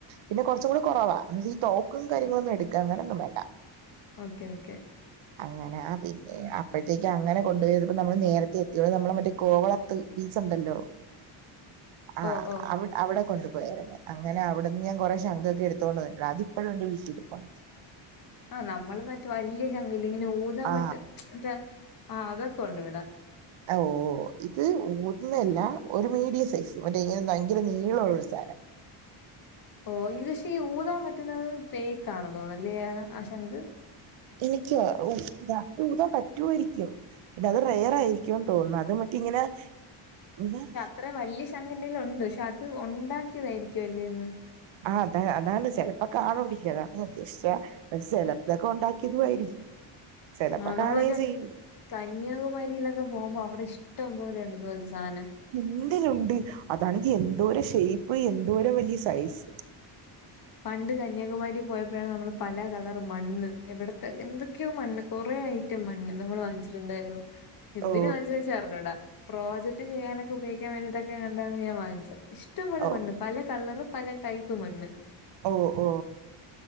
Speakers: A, on the right; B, on the left.
A: പിന്നെ കൊറച്ച് കൂടി കൊറവാ <unintelligible> ഈ തോക്കും കാര്യങ്ങളൊന്നും എടുക്ക അങ്ങനെ ഒന്നും വേണ്ട.
B: ഓക്കെ ഓക്കെ
A: അങ്ങനാ ആ പിന്നെ അപ്പോഴത്തേക്കങ്ങന കൊണ്ടു <unintelligible> നമ്മള് നേരത്തെ എത്തിയോളൂ നമ്മളെ മറ്റേ കോവളത്ത് ബീച്ച്ണ്ടല്ലോ? ആ
B: ഓഹ് ഓഹ്
A: അവി അവിടെ കൊണ്ടു പോയായിരുന്നു അങ്ങനെ അവിടുന്ന് ഞാൻ കുറെ ശംഖൊക്കെ എടുത്തോണ്ട് വന്നിട്ടുണ്ട് അതിപ്പോഴും ന്റെ വീട്ടിലിരിപ്പൊണ്ട്.
B: ആ നമ്മള് മറ്റേ വല്യ ശംഖില്ലേ ഇങ്ങനെ ഊതാൻ
A: ആ
B: പറ്റ മറ്റേ ആ അതൊക്കെ ഉണ്ടിവിടെ
A: അ ഓ ഇത് ഊതുന്നല്ല ഒരു മീഡിയ സൈസ് മറ്റേ ഇങ്ങന ഭയങ്കര നീളുള്ളൊരു സാനം.
B: ഓ ഇത് <unintelligible> ഈ ഊതാൻ പറ്റുന്നത് ഫേക്ക് ആണെന്ന് തോന്നല്ലേ ആ ശംഖ്
A: എനിക്ക്യാ ഉ ഇതാ ഊതാൻ പറ്റുവായിരിക്കും പിന്ന അതൊരു റയറായിരിക്കും. ക്കും തോന്നുന്നു അത് മറ്റെ ഇങ്ങന <unintelligible>
B: അത്ര വലിയ ശംഖെന്റേലുണ്ട് പഷേ അത് ഉണ്ടാക്കിയതായിരിക്കും അല്ലേന്ന്
A: ആ അത അതാണ് ചെലപ്പോ <unintelligible> <unintelligible> സെലപ്പതൊക്കെ ഉണ്ടാക്കിയതും ആയിരിക്കും ചെലപ്പോ
B: ആ നമ്മൾ
A: കാണുകയും
B: മറ്റേ
A: ചെയ്യും
B: കന്യാകുമാരിയിലൊക്കെ പോകുമ്പോ അവിടെ ഇഷ്ടം പോലെണ്ട് ഇതുപോലത്തെ സാനം.
A: എന്തിലുണ്ട് അതാണെങ്കി എന്തോരം ഷേപ്പ് എന്തോരം വല്യ സൈസ്.
B: പണ്ട് കന്യാകുമാരി പോയപ്പോഴാണ് നമ്മള് പല കളറ് മണ്ണ് എവിടത്തെ എന്ത് എന്തൊക്കെയോ മണ്ണ് കുറെ ഐറ്റം മണ്ണ് നമ്മൾ വാങ്ങിച്ചിട്ടുണ്ടായിരുന്നു. എന്തിന്
A: ഓ
B: വാങ്ങിച്ച വെച്ചാ അറിഞ്ഞൂടാ പ്രോജക്ട് ചെയ്യാനൊക്കെ ഉപയോഗിക്കാൻ വേണ്ടിയിട്ടൊക്കെ കണ്ടാണ് ഞാൻ വാങ്ങിച്ചെ. ഇഷ്ടംപോലെ
A: ഓ
B: മണ്ണ് പല കളറ് പല ടൈപ്പ് മണ്ണ്.
A: ഓ ഓ